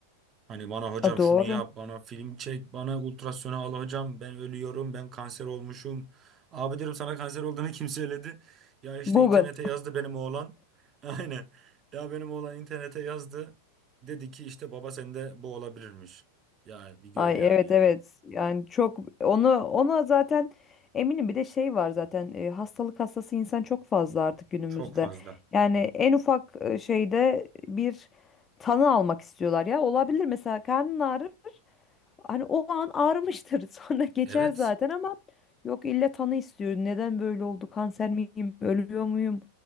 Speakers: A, on the right; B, on the left.
A: Hani bana hocam
B: a, doğru.
A: şunu yap, bana film çek, bana ultrasona al hocam, ben ölüyorum, ben kanser olmuşum. Abi diyorum sana kanser olduğunu <laughs> kim söyledi? Ya işte
B: Google.
A: internete yazdı benim oğlan. <laughs> Aynen. Ya benim oğlan internete yazdı. Dedi ki işte baba sende bu olabilirmiş. Ya bir gör
B: Ay
A: yani
B: evet
A: ya.
B: evet yani çok onu ona zaten eminim bir de şey var zaten e, hastalık hastası insan çok fazla artık günümüzde.
A: Çok fazla.
B: Yani en ufak e, şeyde bir tanı almak istiyorlar ya olabilir mesela karnın ağrır hani o an ağrımıştır <laughs> sonra geçer
A: Evet.
B: zaten ama yok illa tanı istiyor neden böyle oldu kanser miyim ölüyor muyum